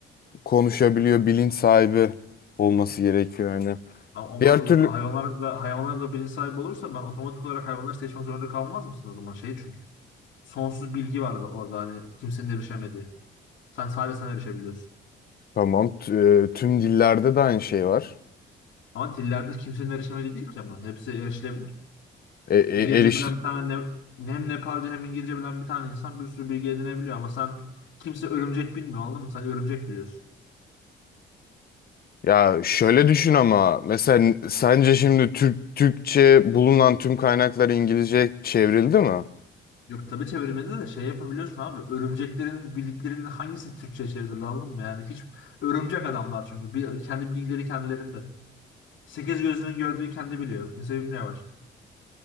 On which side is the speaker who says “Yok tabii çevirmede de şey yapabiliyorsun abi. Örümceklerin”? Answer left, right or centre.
Left